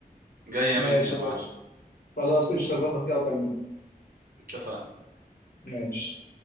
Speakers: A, on the right; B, on the left.
A: جايه
B: ماشي
A: مني يا
B: يا
A: معلم
B: باشا خلاص قشطه ظبط كده وكلمني
A: اتفقنا
B: ماشي